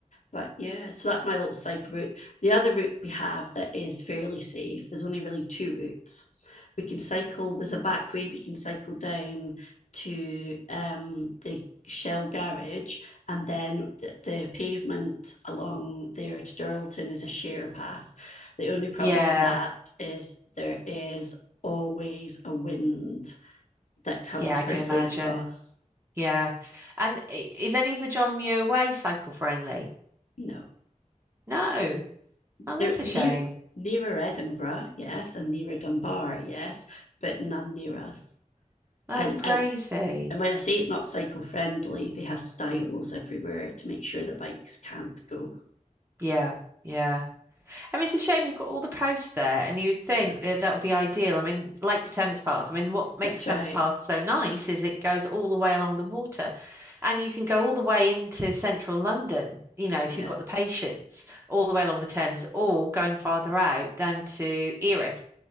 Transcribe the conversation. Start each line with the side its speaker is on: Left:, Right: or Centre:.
Left: but yeah, so that's my little cycle route. The other route we have that is fairly safe, there's only really two routes. We can cycle, there's a back way we can cycle down to um, the Shell garage, and then the, the pavement along there to Durlton is a share path. The only problem
Right: yeah,
Left: with that is there is always a wind that comes
Right: yeah,
Left: hurtling
Right: I can imagine.
Left: across.
Right: Yeah. And i- is any of the John Muir Way cycle friendly?
Left: No,
Right: No. Oh,
Left: There,
Right: that's a
Left: near,
Right: shame.
Left: nearer Edinburgh, yes, and nearer Dunbar, yes, but none near us.
Right: That's
Left: And
Right: crazy.
Left: I, and when I say it's not cycle friendly, they have stiles everywhere to make sure the bikes can't go.
Right: Yeah, yeah. I mean, it's a shame you've got all the coast there, and you would think
Left: Yeah,
Right: that that would be ideal. I mean, like the Thames Path. I mean, what makes
Left: that's
Right: the
Left: right.
Right: Thames Path so nice is it goes all the way along the water, and you can go all the way into central London, you know, if
Left: Yeah,
Right: you've got the patience, all the way along the Thames, or going farther out down to Erith